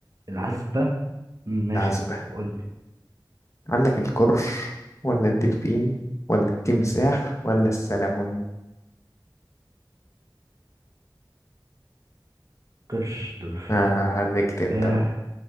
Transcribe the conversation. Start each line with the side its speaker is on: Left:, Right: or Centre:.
Right: العزبة مم، ماشي
Left: العذبة
Right: قول قول لي
Left: عندك القرش ولا الدلفين ولا التمساح ولا السلمون
Right: قرش دولفين
Left: آه هنكت
Right: تمساح
Left: انت بقى